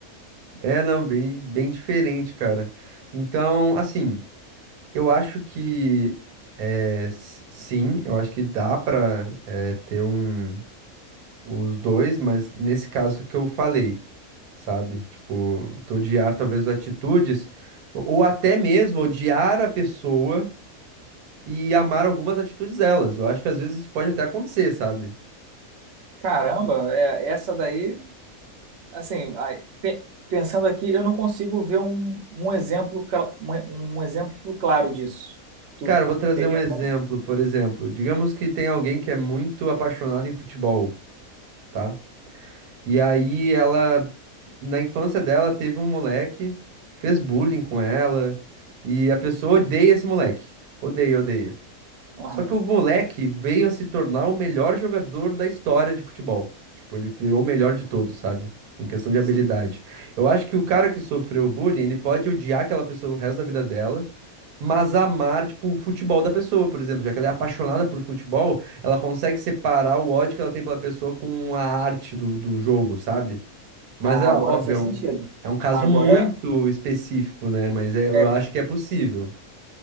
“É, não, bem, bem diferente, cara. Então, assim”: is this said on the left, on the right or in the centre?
Right